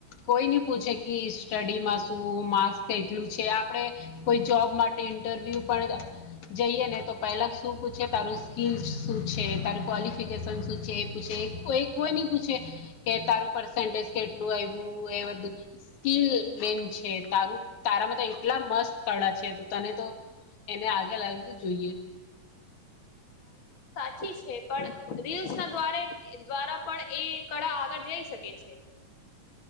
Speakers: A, on the left; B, on the left.
A: કોઈ નની પૂછે કે સ્ટડી માં શું મા એટલું છે આપડે કોઈ જોબ માટે ઇન્ટરવ્યુ પણ જઈએ ને તો પહેલા શું પૂછે તારું શું છે ત ક્વલિફિકેશનસ છે પૂછ છે એ કોઈ નઈ પૂછે કે તારું પ સ કેટલું આવું એ બધું સ્કીલ મેન છે તાર તારામાં તો એટલા મસ્ત કળા છે તો તને તો એને આગે લાવવું જોઈએ
B: સાી છે પણ રીલ્સ ના્વા દ્વારા પણ એ કળા આગળ જઈ શકે છે